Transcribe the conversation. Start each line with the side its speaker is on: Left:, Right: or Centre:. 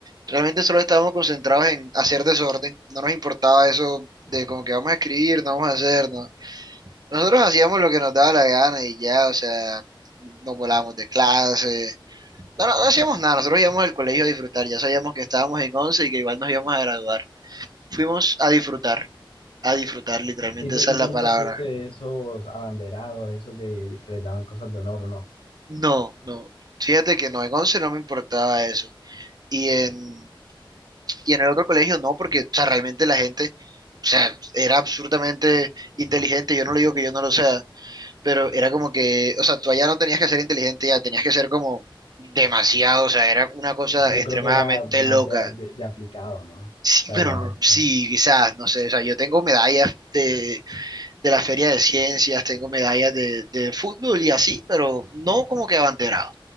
Right: realmente solo estábamos concentrados en hacer desorden, no nos importaba eso de como que vamos a escribir, no vamos a hacer, no. Nosotros hacíamos lo que nos daba la gana y ya, o sea, nos volábamos de clase No, no, no hacíamos nada, nosotros íbamos al colegio a disfrutar, ya sabíamos que estábamos en 11 y que igual nos íbamos a graduar. Fuimos a disfrutar, a disfrutar, literalmente
Left: Y tú,
Right: esa
Left: y
Right: es la
Left: tú nunca
Right: palabra.
Left: fuiste de esos abanderados, esos de, de que les daban cosas de honor, ¿no?
Right: No, no, fíjate que no, en 11 no me importaba eso. Y en, y en el otro colegio no, porque, o sea, realmente la gente, o sea, era absolutamente inteligente, yo no le digo que yo no lo sea, pero era como que, o sea, tú allá no tenías que ser inteligente, ya tenías que ser como demasiado, o sea, era una cosa
Left: Yo
Right: extremadamente
Left: creo que era más
Right: loca
Left: de, de, de aplicado, ¿no? O
Right: Sí,
Left: sea,
Right: bueno,
Left: ya es
Right: sí,
Left: como,
Right: quizás, no sé, o sea, yo tengo medallas de, de la Feria de Ciencias, tengo medallas de, de fútbol y así, pero no como que abanderado.